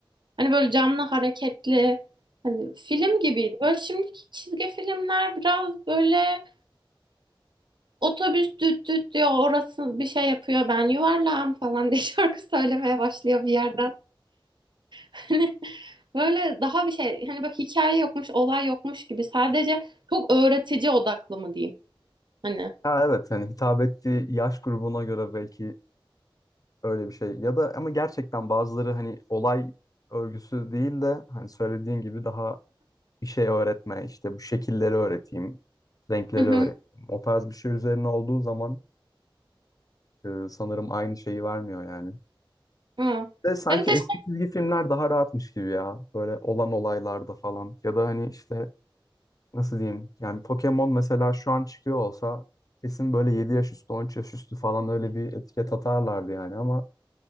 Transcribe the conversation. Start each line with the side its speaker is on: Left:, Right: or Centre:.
Right: Hani böyle canlı hareketli. Hani film gibiydi. Böyle şimdiki çizgi filmler biraz böyle otobüs düt düt diyor orası bir şey yapıyor ben yuvarlağım falan diye <laughs> şarkı söylemeye başlıyor bir yerden. Hani böyle daha bir şey hani bak hikaye yokmuş, olay yokmuş gibi sadece çok öğretici odaklı mı diyeyim hani.
Left: Ha, evet hani hitap ettiği yaş grubuna göre belki öyle bir şey. Ya da ama gerçekten bazıları hani olay örgüsü değil de hani söylediğin gibi daha bir şey öğretme işte bu şekilleri öğreteyim, renkleri
Right: Hı hı.
Left: öğreteyim. O tarz bir şey üzerine olduğu zaman e, sanırım aynı şeyi vermiyor yani.
Right: Hı.
Left: de sanki
Right: Ya bir de
Left: eski
Right: şey
Left: çizgi filmler daha rahatmış gibi ya. Böyle olan olaylarda falan. Ya da hani işte nasıl diyeyim? Yani Pokemon mesela şu an çıkıyor olsa kesin böyle 7 yaş üstü, 13 yaş üstü falan öyle bir etiket atarlardı yani ama